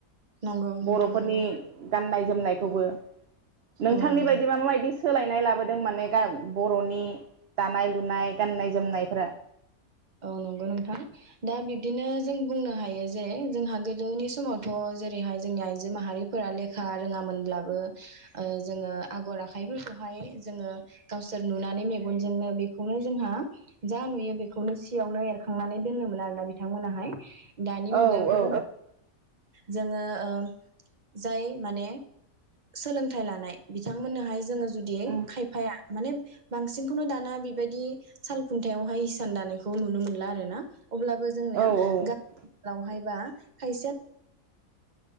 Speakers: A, on the right; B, on the right.
A: नंगौ नंगौ नोंथां
B: बर'फोरनि
A: नंगौ
B: गाननाय जोमनायखौबो नोंथांनि
A: औ नंगौ
B: बायदिबा माबायदि सोलायनाय लाबोदों माने गा बर'नि दानाय लुनाय गाननाय जोमनायफोरा
A: औ नंगौ नोंथां दा बिब्दिनो जों बुंनो हायो जे जोंहा गोदोनि समावथ' जेरैहाय जोंनि आइजो माहारिफोरा लेखा रोङामोनब्लाबो ओ जोङो आगर आखाइफोरखौहाय जोङो गावसोर नुनानै मेगनजोंनो बेखौनो जोंहा जा नुयो बे बेखौनो सियावनो एरखांनानै दोनोमोन आरो ना। दानि मुगायावथ'
B: औ औ
A: जों जोङो उम जाय माने सोलोंथाइ लानाय बिथांमोननोहाय जोङो जुदि
B: औ
A: खायफाया माने बांसिनखौनो दाना बेबायदि साल खुन्थायावहाय सान दानायखौ नुनो मोनला आरो ना? अब्लाबो जोंनिया
B: औ औ
A: गा-वहाय बा खाय